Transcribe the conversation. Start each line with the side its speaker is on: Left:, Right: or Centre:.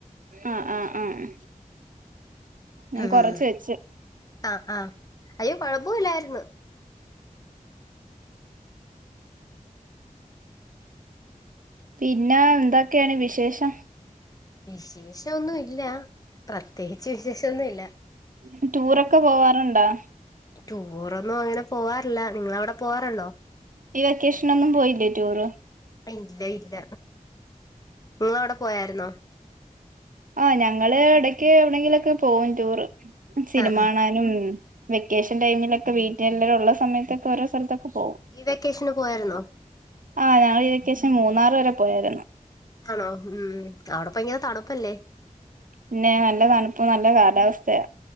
Right: ആഹ് ആഹ് ആഹ് ഞാൻ
Left: ഉം
Right: കൊറച്ച്
Left: ഉം ഉം
Right: വെച്ച്
Left: അഹ് അഹ് അയ്യോ കൊഴപ്പ ഇല്ലായിര്ന്ന്
Right: പിന്നേ എന്തൊക്കെയാണ് വിശേഷം
Left: വിശേഷം ഒന്നും ഇല്ല. പ്രത്യേകിച്ച് വിശേഷൊന്നു ഇല്ല
Right: ന്നട്ട് റ്റൂറൊക്കെ പോവാറ്ണ്ടാ
Left: റ്റൂറൊന്നും അങ്ങനെ പോവാറില്ല. നിങ്ങളെ അവിടെ പോവാറ്ണ്ടോ
Right: ഈ വെക്കേഷനൊന്നും പോയില്ലേ റ്റൂറ്
Left: അയ് ഇല്ലേ ഇല്ല നിങ്ങളവിടെ പോയായിരുന്നോ
Right: ആഹ് ഞങ്ങള് എടക്ക് എവിടെങ്കിലൊക്കെ പോവും റ്റൂറ് സിനിമ
Left: ആ ആ
Right: കാണാനും വെക്കേഷൻ ടൈമിലൊക്കെ വീട്ടിലെല്ലാരും ഒള്ള സമയത്തൊക്കെ ഓരോ സ്ഥലത്തൊക്കെ പോവും.
Left: ഈ വെക്കേഷന് പോയാര്ന്നോ.
Right: ആഹ് ഞങ്ങള് ഈ വെക്കേഷൻ മൂന്നാറ് വരെ പോയാര്ന്നു
Left: ആണോ ഉം അവിടെ പ്പൊ ഭയങ്കരെ തണുപ്പല്ലേ..
Right: പിന്നെ നല്ല തണുപ്പും നല്ല കാലാവസ്ഥയാ